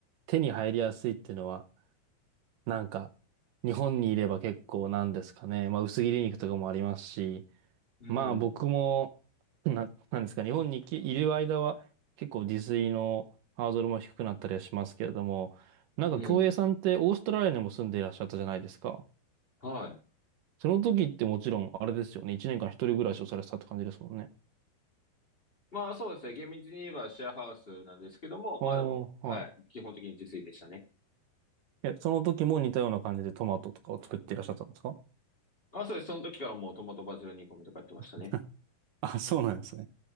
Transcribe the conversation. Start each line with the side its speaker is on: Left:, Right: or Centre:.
Right: 手に入りやすいっていうのは、なんか、日本にいれば結構なんですかね、まあ薄切り肉とかもありますし、
Left: い。うん。
Right: まあ僕も、な、なんですかね日本にきいる間は結構自炊のハードルも低くなったりはしますけれども、なんか京平さんってオーストラリアにも住んでいらっしゃったじゃないですか。
Left: うん。はい。
Right: その時ってもちろんあれですよね、1年間一人暮らしをされてたって感じですもんね。
Left: まあ、そうですね。厳密に言えばシェアハウスなんですけども、
Right: ああ、
Left: まあでも、はい。
Right: は
Left: 基本的に自炊でしたね。
Right: い。え、その時も似たような感じでトマトとかを作っていらっしゃったんですか
Left: あ、そうです。その時からもうトマトバジル煮込みとかやってましたね。
Right: <laughs> あ、そうなんですね。